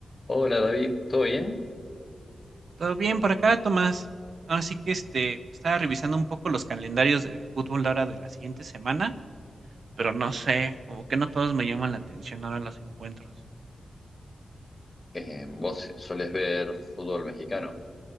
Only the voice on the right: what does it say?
Todo bien por acá, Tomás. Así que este, estaba revisando un poco los calendarios de fútbol ahora de la siguiente semana, pero no sé, como que no todos me llaman la atención ahora los encuentros.